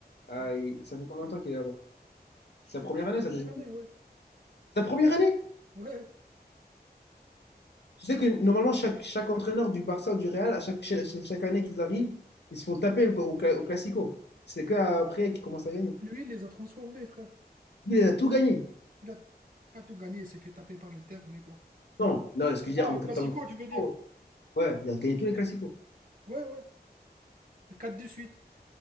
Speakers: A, on the left; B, on the right.
A: ah,
B: Flick,
A: il- ça fait combien de temps qu'il est là-bas?
B: C'est
A: Sa première
B: c'est
A: année,
B: la
A: sa
B: première
A: deuxième
B: année,
A: année?
B: ouais.
A: Sa première année?
B: Ouais.
A: Tu sais que normalement, chaque, chaque entraîneur du Barça ou du Real, à chaque, chaque, chaque année qu'ils arrivent, ils se font taper au, au cla- au Classico. C'est qu'après qu'ils commencent à gagner.
B: Lui, il les a transformés, frère.
A: Lui, Il a tout gagné.
B: Il a pas tout gagné, il s'est fait taper par l'Inter, mais bon.
A: Non, non, excusez
B: Ah,
A: en
B: au
A: tant
B: Classico,
A: que Classico.
B: tu veux dire?
A: Ouais, il a gagné tous les Classicos.
B: Ouais, ouais. 4 de suite.